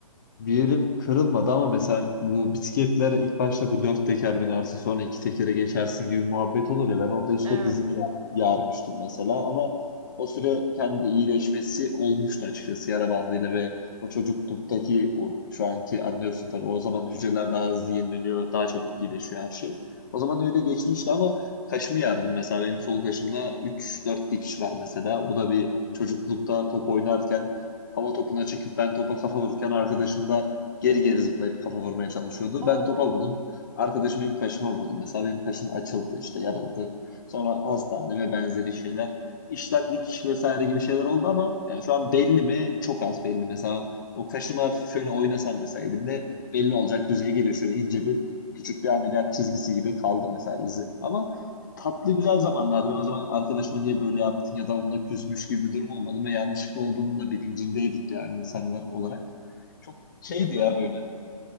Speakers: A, on the left; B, on the right.
A: bir yerim kırılmadı ama mesela bu bisikletlere ilk başta bu dört teker binersin sonra iki tekere geçersin gibi muhabbet olur ya ben orada işte
B: Evet.
A: dizimi ya- yarmıştım mesela ama o süre kendi iyileşmesi olmuştu açıkçası yara bandıyla ve o çocukluktaki o şu anki anlıyorsun tabii o zaman hücreler daha hızlı yenileniyor daha çabuk iyileşiyor her şey. O zaman öyle geçmişti ama kaşımı yardım mesela benim sol kaşımda üç dört dikiş var mesela bu da bir çocuklukta top oynarken hava topuna çekip ben topa kafa vururken arkadaşım da geri geri zıplayıp kafa vurmaya çalışıyordu.
B: Aa,
A: Ben topa vurdum. Arkadaşım benim kaşıma vurdu. Mesela benim kaşım açıldı işte yarıldı. Sonra hastane ve benzeri şeyler. İşten dikiş vesaire gibi şeyler oldu ama yani şu an belli mi? Çok az belli. Mesela o kaşıma hafif şöyle oynasam mesela elimle belli olacak düzeye geliyor. Şöyle ince bir küçük bir ameliyat çizgisi gibi kaldı mesela izi. Ama tatlı güzel zamanlardı. Ben o zaman arkadaşıma niye böyle yaptın ya da onunla küsmüş gibi bir durum olmadı ve yanlışlıkla olduğunun da bilincindeydik yani insanlar olarak. Çok şeydi
B: e tabii.
A: ya böyle